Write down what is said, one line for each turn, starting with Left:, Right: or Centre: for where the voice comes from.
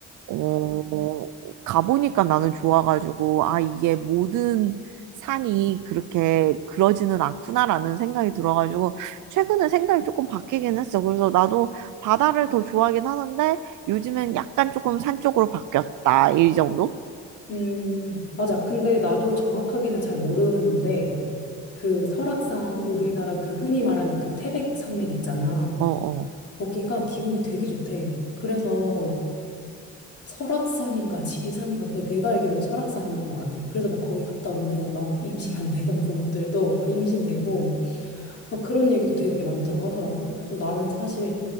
Right: 어, 가보니까 나는 좋아가지고, 아, 이게 모든 산이 그렇게 그러지는 않구나라는 생각이 들어가지고, 최근에 생각이 조금 바뀌긴 했어. 그래서 나도 바다를 더 좋아하긴 하는데, 요즘엔 약간 조금 산 쪽으로 바뀌었다. 이 정도?
Left: 음, 맞아. 근데 나도 정확하게는 잘 모르는데, 그 설악산, 우리나라 그 흔히 말하는 그 태백 산맥 있잖아.
Right: 어, 어,
Left: 거기가 기운이 되게 좋대. 그래서 설악산인가 지리산인가. 근데 내가 알기로는 설악산인 것 같아. 그래서 막 거기 갔다 오면은 막 임신 안 되던 부부들도 막 임신되고, 막 그런 얘기도 되게 많다고 하더라고. 그래서 나는 사실